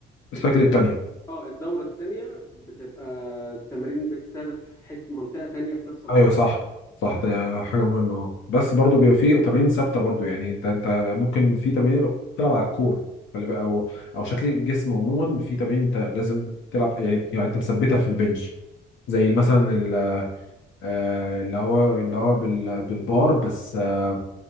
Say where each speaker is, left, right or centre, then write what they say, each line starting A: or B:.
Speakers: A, on the left; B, on the left.
A: الشكل
B: ال...
A: التاني
B: آه، الدورة التانية بتبقى التمرين بتستهدف حت... منطقة تانية في نفس العضلة
A: ايوه صح صح ده حاجه مهمه اه بس برضو بيبقى في تمارين ثابته برضو يعني انت انت ممكن في تمارين تلعب على الكور خلي بالك او او شكل الجسم عموما في تمارين انت لازم تلعب يعني يعني انت مثبتها في البنش زي مثلا ال- آه، اللي هو اللي هو بال- بالبار بس آه،